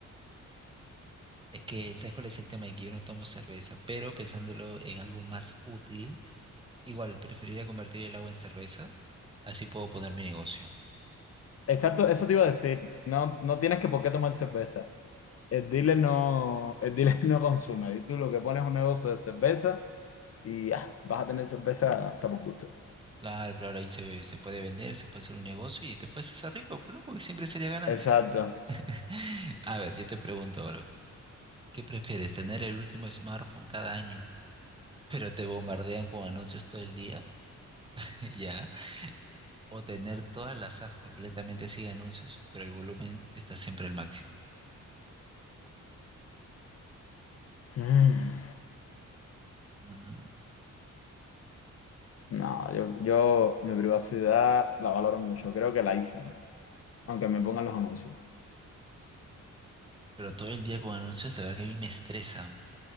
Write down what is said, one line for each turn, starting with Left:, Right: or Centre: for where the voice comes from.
Right: Es que, ¿sabes cuál es el tema? Que yo no tomo cerveza, pero pensándolo en algo más útil, igual preferiría convertir el agua en cerveza, así puedo poner mi negocio.
Left: Exacto, eso te iba a decir. No, no tienes que por qué tomar cerveza. El dealer no, el dealer <laughs> no consume. Y tú lo que pones es un negocio de cerveza y ah, vas a tener cerveza hasta por gusto.
Right: Claro, claro, ahí se, se puede vender, se puede hacer un negocio y te puedes hacer rico, ¿no? Porque siempre sería ganancia.
Left: Exacto.
Right: <laughs> A ver, yo te pregunto ahora, ¿qué prefieres, tener el último smartphone cada año, pero te bombardean con anuncios todo el día? <laughs> ¿Ya? ¿O tener todas las apps completamente sin anuncios, pero el volumen está siempre al máximo?
Left: Mm,
Right: Mm.
Left: No, yo, yo mi privacidad la valoro mucho. Creo que el iPhone, aunque me pongan los anuncios.
Right: Pero todo el día con anuncios, la verdad que a mí me estresan.